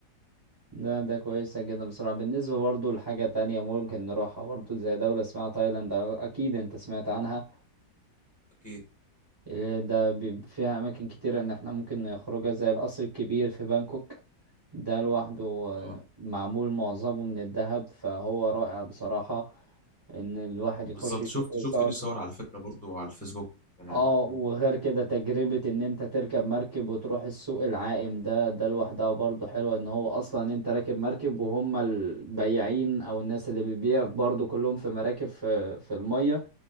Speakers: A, on the right; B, in the centre.
A: ده ده كويسة جدا بصراحة بالنسبة برضو لحاجة تانية ممكن نروحها برضو زي دولة اسمها تايلاند أكيد أنت سمعت عنها
B: أكيد
A: إيه ده بي- فيها اماكن كتيرة ان احنا ممكن نخرجها زي القصر الكبير في بانكوك ده لوحده آه،
B: أه
A: معمول معظمه من الذهب فهو رائع بصراحة ان الواحد يخش
B: بالظبط
A: يشوفه
B: شفت
A: ويصور
B: شفت ليه
A: فيه
B: صور على فكرة برضو على الفيسبوك كان يعني
A: اه
B: كان
A: وغير
B: حاجة
A: كده تجربة ان انت تركب مركب وتروح السوق العائم ده ده لوحدها برضو حلوة ان هو اصلا انت راكب مركب وهم البياعين او الناس اللي بتبيع برضو كلهم في مراكب في في المية